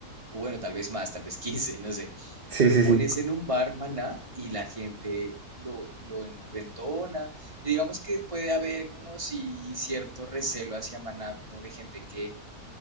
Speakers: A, on the right; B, on the right.
A: o bueno, tal vez más, tal vez quince no sé
B: Sí,
A: pero
B: sí,
A: pones
B: sí.
A: en un bar Maná y la gente lo, lo, en- lo entona. Y digamos que puede haber como si cierto recelo hacia Maná, como de gente que